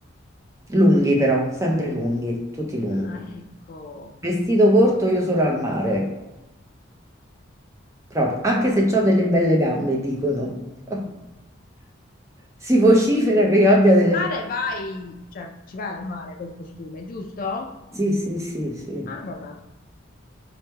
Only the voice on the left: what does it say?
Ah, ecco.
Mm.
Al mare vai, cioè ci vai al mare col costume, giusto?
Ah, vabbè.